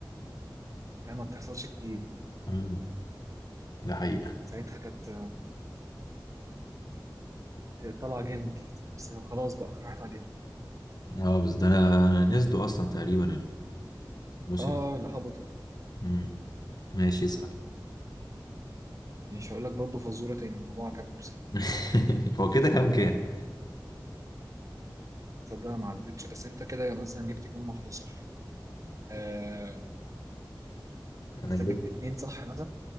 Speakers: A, on the right; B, on the left.
A: كان ما بتحصلش كتير
B: مم. ده حقيقة
A: ساعتها كانت كانت طالعة جامد ليستر بس خلاص بقى راحت عليهم
B: اه بس ده انا نسدوا اصلا تقريبا الموسم
A: اه اه اللي هبطوا
B: مم. ماشي اسأل
A: ماشي هقول لك برضه فزورة تاني الموضوع عجبني بصراحة
B: <laughs> هو كده كام كام
A: تصدق انا ما عدتش بس انت كده مثلا جبت كام واحدة صح آه،
B: انا
A: حاسسك
B: جبت
A: جبت اتنين صح مثلا